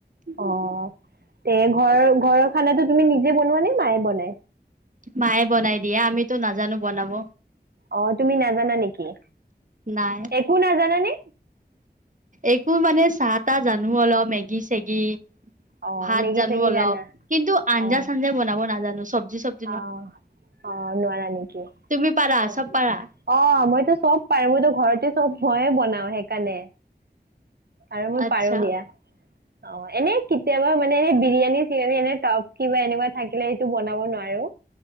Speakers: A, on the right; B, on the right.
A: অ তে ঘ ঘ- খানাটো তুমি নিজে বনোৱা নে মায়ে বনায়?
B: মায়ে বনাই দিয়ে আমিতো নাজানো বনাব।
A: অ তুমি নাজানা নেকি?
B: নাই
A: একো নাজানানে
B: একো মানে - চাহ তাহ জানোঁ অলপ মেগী চেগী।
A: অ
B: ভাত
A: মেগী
B: জানোঁ
A: চেগি
B: অলপ
A: জানা
B: কিন্তু আঞ্জা
A: অ
B: চানঞ্জা বনাব নাজানোঁ চবজি চবজি -
A: অ অ নোৱাৰা নেকি
B: তুমি পাৰা
A: অ
B: চব পাৰা
A: অ মইতো চব পাৰু। মইতো ঘৰতে চব ময়ে বনাও সেইকাৰণে। আৰু মই
B: আচ্ছা
A: পাৰোঁ দিয়া। অ এনে কেতিয়াবা মানে এনে বিৰিয়ানী চিৰিয়ানি এনে টপ কিবা এনেকুৱা থাকিলে সেইটো বনাব নোৱাৰে। আৰু